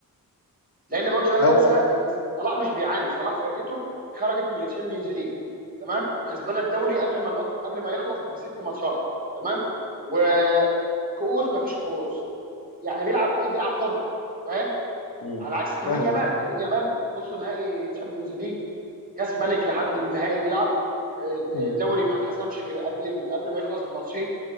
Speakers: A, on the right; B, on the left.
A: لان برضو لا تنسى
B: هو
A: ان صلاح مش بيعاني صلاح فرقته خرجت من الشامبيونز ليج تمام وكسبانه الدوري قبل ما المط... قبل ما يخلص بست ماتشات تمام وكؤوس مفيش كؤوس يعني بيلعب ايه بيلعب حر فاهم
B: م-
A: على عكس لامين
B: فاهم
A: يامال
B: قصدي
A: لامين يامال نص نهائي تشامبيونز ليج كاس ملك لحد النهائي بيلعب آه،
B: م-
A: آه، دوري ما اتحسمش غير قبل قبل ما يخلص بماتشين